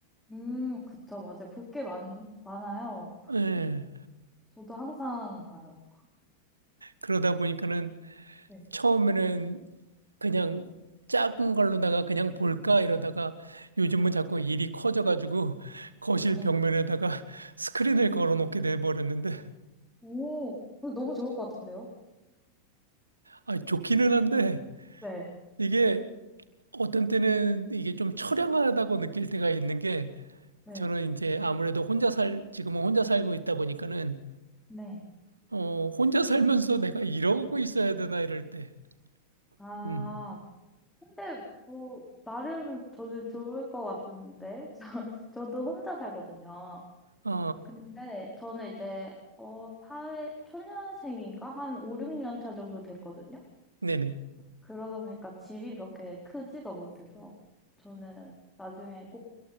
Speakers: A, in the centre; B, on the right.
A: 음, 그쵸, 맞아요. 볼 게 많, 많아요.
B: 예.
A: 저도 항상 봐요.
B: 그러다 보니까는
A: 네.
B: 처음에는 그냥 작은 걸로다가 그냥 볼까 이러다가 요즘은 자꾸 일이 커져가지고 거실
A: 네,
B: 벽면에다가 <laughs> 스크린을 걸어놓게 돼버렸는데
A: 오, 이거 너무 좋을 것 같은데요?
B: 아 좋기는 한데
A: 네,
B: 이게 어떤 때는 이게 좀 처량하다고 느낄 때가 있는 게
A: 네.
B: 저는 이제 아무래도 혼자 살 지금은 혼자 살고 있다 보니까는
A: 네.
B: 어 혼자 살면서 내가 이러고 있어야 되나 이럴 때
A: 아,
B: 음
A: 근데 뭐, 나름 저는 좋을 것 같은데. <laughs> 저, 저도 혼자 살거든요.
B: 어
A: 근데 저는 이제 어 사회 초년생인가 한 5, 6년 차 정도 됐거든요.
B: 네네
A: 그러다 보니까 집이 그렇게 크지가 못해서 저는 나중에 꼭